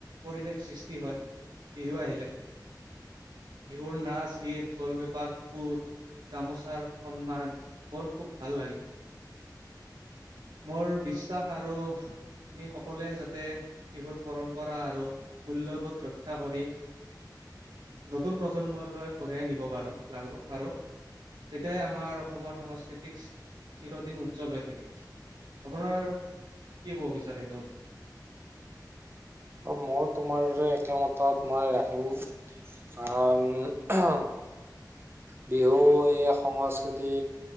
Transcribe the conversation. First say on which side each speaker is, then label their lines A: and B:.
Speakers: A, on the right (about 80°); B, on the right (about 30°).
A: পৰিৱেশ সৃষ্টি হয়, বিহু আহিলে। বিহুৰ নাচ-গীত, ঢোল-পেঁপাৰ সুৰ গামোচাৰ সন্মান, মোৰ খুব ভাল লাগে। মোৰ বিশ্বাস আৰু আমি সকলোৱে যাতে বিহুৰ পৰম্পৰা আৰু মূল্যবোধ ৰক্ষা কৰি নতুন প্ৰজন্মলৈ কঢ়িয়াই নিব পাৰো, লাগিব পাৰো। তেতিয়াই আমাৰ অসমৰ সাংস্কৃতিক চিৰদিন উজ্জ্বল হৈ থাকিব। আপোনাৰ কি ক'ব বিচাৰে এইটোৰ?
B: অ', মই তোমাৰ একেমতত মই ৰাখিম। কাৰণ বিহু এই সংস্কৃতি